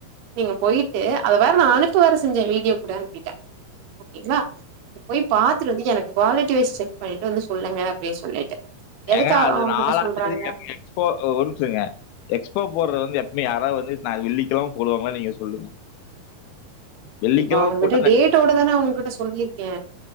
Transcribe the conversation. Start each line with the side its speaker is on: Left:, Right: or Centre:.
Right: நீங்க போயிட்டு அத வேற நா அனுப்பு வேர செஞ்ச வீடியோ கூட அனுப்பிட்டே ஓகேங்களா இப் போய் பாத்துட்டு வந்து எனக்கு குவாலிட்டி வைஸ் செக் பண்ணிட்டு வந்து சொல்லுங்க அப்டி சொல்லிட்டு எதுக்கு
Left: ஏங்க
Right: அவ-
Left: அது
Right: அவங்ககிட்ட
Left: நாலா
Right: சொல்றாங்க
Left: தேதி எக்ஸ்போ ஒரு நிம்ஷ இருங்க எக்ஸ்போ போடுறது வந்து எப்புமே யாராவுது வந்து வெள்ளிக்கலம போடுவாங்களா நீங்க சொல்லுங்க வெள்ளிக்கிழமை
Right: இப்போ அவுங்ககிட்ட
Left: போட்டா
Right: டேட்டோட தான அவுங்ககிட்ட சொல்லியிருக்கே